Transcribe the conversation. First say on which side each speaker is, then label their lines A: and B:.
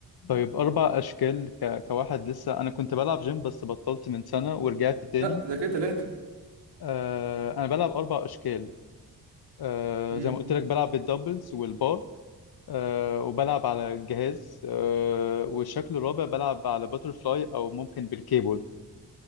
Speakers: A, on the left (about 60°); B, on the right (about 75°).
A: طيب أربع أشكال ك... كواحد لسه أنا كنت بلعب جيم بس بطلت من سنة ورجعت تاني
B: لا ده كده تلاته
A: آه، أنا بلعب أربع أشكال آه،
B: امم
A: زي ما قلت لك بلعب بالدمبلز والبار آه، وبلعب على الجهاز آه، والشكل الرابع بلعب على باترفلاي أو ممكن بالكيبل